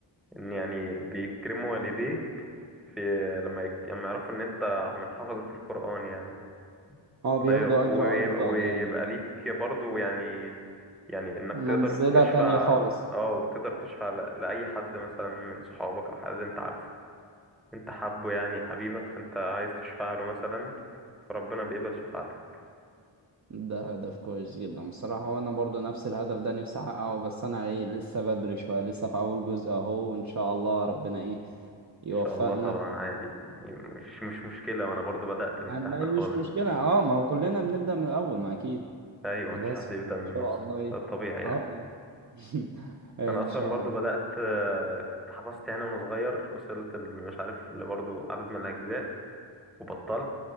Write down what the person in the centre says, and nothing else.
ان يعني بيكرموا والديك في لما يك- لما يعرفوا ان انت من حفظة القرآن يعني
ده
غير- ويبقى,
ويبقى
ليك برضو يعني يعني انك
تقدر تشفع
اه وتقدر تشفع ل- لأي حد مثلا من صحابك او حد انت عارفه انت حابه يعني حبيبك فانت عايز تشفع له مثلا فربنا بيقبل شفاعتك
ان
شاء الله طبعا عادي يعني مش مش مشكلة وانا برضو بدأت من
تحت خالص
ايوه
مفيش حد يبدأ
من النص
ده الطبيعي يعني
انا اصلا
برضو
بدأت آه، كنت حفظت يعني وانا صغير وصلت ال- مش عارف لبرضو عدد من الاجزاء وبطلت